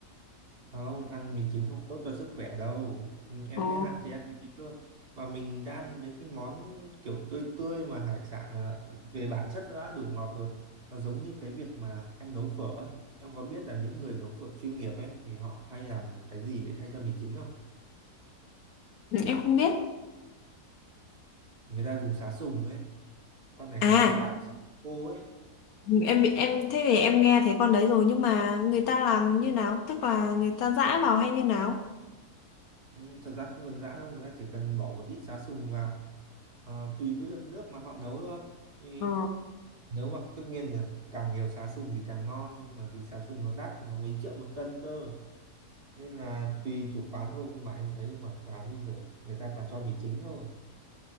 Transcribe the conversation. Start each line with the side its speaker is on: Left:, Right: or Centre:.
Right: không ăn mì chính không tốt cho sức khỏe đâu ừ, em
Left: Ồ,
Right: nên hạn chế ăn mì chính thôi mà mình đã ăn mấy cái món kiểu tươi tươi mà hải sản là về bản chất nó đã đủ ngọt rồi nó giống như cái việc mà em nấu phở ấy em có biết là những người nấu phở chuyên nghiệp ấy thì họ hay làm cái gì để thay cho mì chính không
Left: ừ, em không biết.
Right: người ta dùng sá sùng ấy con này
Left: À,
Right: khá là đắt sá khô ấy
Left: em bị em thế thì em nghe thấy con đấy rồi nhưng mà người ta làm như nào? Tức là người ta giã vào hay như nào?
Right: ừ, thật ra không cần giã đâu người ta chỉ cần bỏ một ít sá sùng vào ờ, tùy với lượng nước mà họ nấu thôi thì
Left: Ờ.
Right: nếu mà tất nhiên là càng nhiều sá sùng thì càng ngon nhưng mà vì sá sùng nó đắt nó mấy triệu một cân cơ nên là tùy chủ quán thôi nhưng mà anh thấy ngoài quán bây giờ người ta toàn cho mì chính thôi